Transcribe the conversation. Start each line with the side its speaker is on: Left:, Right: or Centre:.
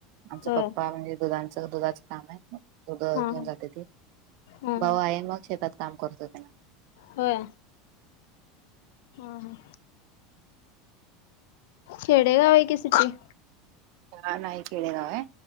Right: आमच
Left: होय
Right: पप्पा म्हणजे दुधांचं दुधाच काम आहेड
Left: हा
Right: घेऊन
Left: हा
Right: जाते ते
Left: हा
Right: भाऊ आहे मग शेतात काम करतो त्यांना
Left: होय. ह ह खेडे गाव आहय कि सिटी?
Right: ह नाही खेडेगाव आहे.